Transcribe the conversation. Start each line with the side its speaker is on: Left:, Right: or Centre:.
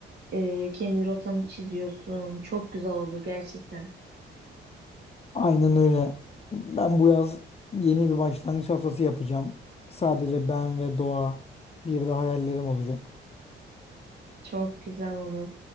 Right: e, kendi rotanı çiziyorsun. Çok güzel olur gerçekten.
Left: Aynen öyle. Ben bu yaz yeni bir başlangıç haftası yapacağım. Sadece ben ve doğa. Bir de hayallerim olacak.
Right: Çok güzel olur.